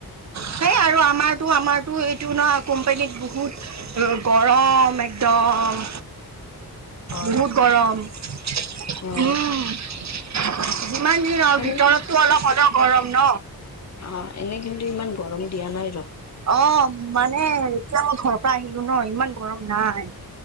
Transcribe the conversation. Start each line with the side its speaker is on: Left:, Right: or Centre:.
Right: সেই আৰু আমাৰ- তো আমাৰটো এইটো নহ, কোম্পানীত বহুত গৰম একদম
Left: হয়
Right: বহুত গৰম। উম,
Left: অ
Right: যিমান দিন আৰু
Left: এনে
Right: ভিতৰতটো অলপ হলেও গৰম ন?
Left: অঁ, এনে কিন্তু, ইমান গৰম দিয়া নাই।
Right: অঁ, মানে এতিয়া মই ঘৰৰ পৰা আহিলো ন' ইমান গৰম নাই,